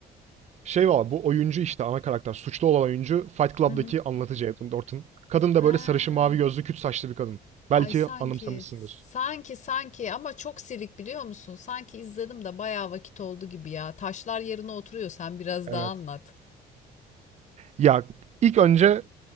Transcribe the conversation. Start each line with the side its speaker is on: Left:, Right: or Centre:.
Right: Şey var bu oyuncu işte ana karakter. Suçlu olan oyuncu Fight Club'daki
Left: Hı hı.
Right: anlatıcı Edwin Norton. Kadın
Left: Ha,
Right: da böyle sarışın mavi gözlü küt saçlı bir kadın. Belki
Left: ay sanki
Right: anımsamışsındır.
Left: sanki sanki ama çok silik biliyor musun? Sanki izledim de bayağı vakit oldu gibi ya. Taşlar yerine oturuyor sen biraz
Right: Evet.
Left: daha anlat.
Right: Ya ilk önce